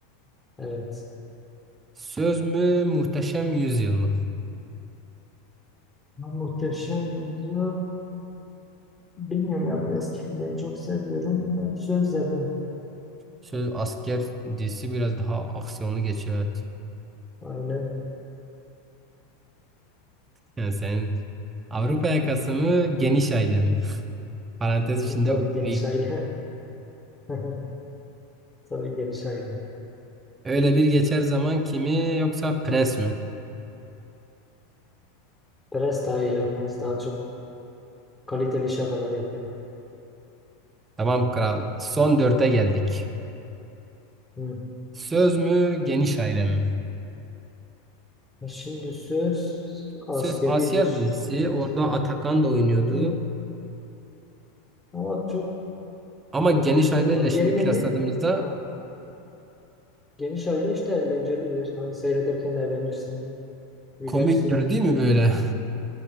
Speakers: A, on the left; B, on the right.
A: Evet.
B: Söz mü Muhteşem Yüzyıl mı?
A: Ya Muhteşem Yüzyıl. Bilmiyorum ya bu eski filmleri çok sevmiyorum. Ben söz verdim.
B: Söz asker dizisi biraz daha aksiyonlu geçiyor evet.
A: Aynen.
B: Yani senin Avrupa yakası mı geniş aile mi? Parantez içinde
A: Tabii
B: ulvi.
A: geniş aile. <laughs> Tabii geniş aile.
B: Öyle bir geçer zaman kimi yoksa prens mi?
A: Prens daha iyi ya. Prens daha çok kaliteli şakalar yapıyor.
B: Tamam kral. Son dörde geldik.
A: Hı.
B: Söz mü geniş aile mi?
A: E Şimdi söz askeridir
B: Söz asker dizisi.
A: biraz.
B: Orada Atakan da oynuyordu.
A: Bunları... Ama çok
B: Ama
A: aksiyon
B: geniş aileyle
A: var.
B: şimdi
A: Diğeri neydi?
B: kıyasladığımızda
A: Ha, geniş aile işte eğlencelidir. Hani seyrederken eğlenirsin, gülersin.
B: komiktir değil mi böyle?